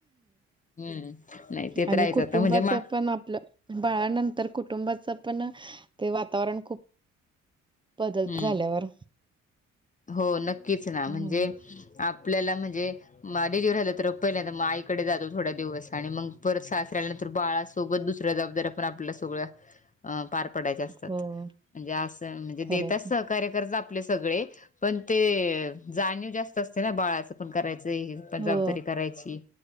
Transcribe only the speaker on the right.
आणि
कुटुंबाच
पण आपलं. बाळानंतर कुटुंबाचं पण ते वातावरण खूप. बदल
झाल्यावर.
हो,
<inaudible>
हो.
खरंच.
हो,